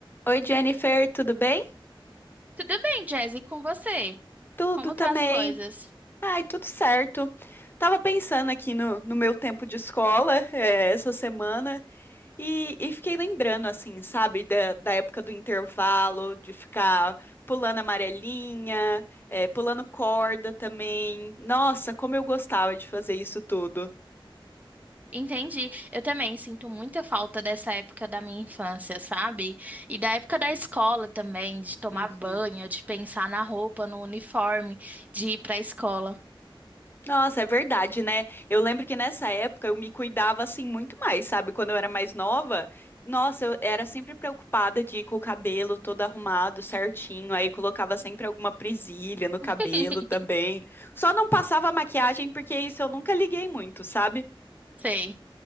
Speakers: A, on the left; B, on the right.
A: Oi, Jennifer, tudo bem?
B: Tudo bem, Jazzy, com você?
A: Tudo
B: Como
A: também.
B: tá as coisas?
A: Ai, tudo certo. Tava pensando aqui no, no meu tempo de escola, eh, essa semana e, e fiquei lembrando, assim, sabe, da, da época do intervalo, de ficar pulando amarelinha, eh, pulando corda também. Nossa, como eu gostava de fazer isso tudo.
B: Entendi. Eu também sinto muita falta dessa época da minha infância, sabe? E da época da escola também, de tomar
A: Uhum.
B: banho, de pensar na roupa, no uniforme, de ir pra escola.
A: Nossa, é verdade, né? Eu lembro que nessa época eu me cuidava assim muito mais, sabe? Quando eu era mais nova, nossa, eu era sempre preocupada de ir com o cabelo todo arrumado, certinho, aí colocava sempre alguma presilha no cabelo
B: <laughs>
A: também. Só não passava maquiagem porque isso eu nunca liguei muito, sabe?
B: Sei.